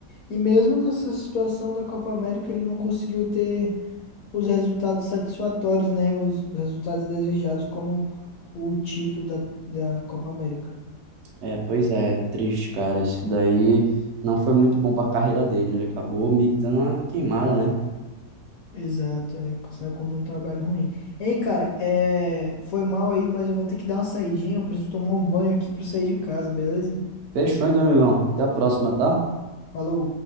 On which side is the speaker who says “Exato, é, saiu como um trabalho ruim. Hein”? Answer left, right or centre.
Left